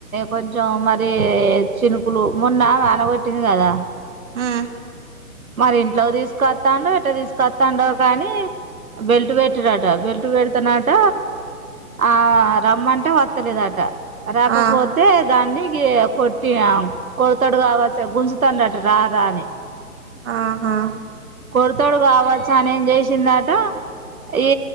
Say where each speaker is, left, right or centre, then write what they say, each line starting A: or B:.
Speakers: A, on the right; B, on the right.
A: కొంచెం మరి చినుకులు మొన్న వానగొట్టింది కదా
B: మ్
A: మరి ఇంట్లో తీసుకొస్తాండో, ఎట్ట తీసుకొస్తాండో కానీ, బెల్ట్ బెట్ రాట్ బెల్టు పెడుతున్నాట, ఆ రమ్మంటే వస్తలేదట, రాకపోతే
B: ఆ
A: దాన్ని, కొట్టిన కొడతాడు కావచ్చ గుంజుతున్నట్టు, రారా అని
B: ఆహా
A: కోడతడు కావచ్చు, అని ఏం చేసిందట ఈ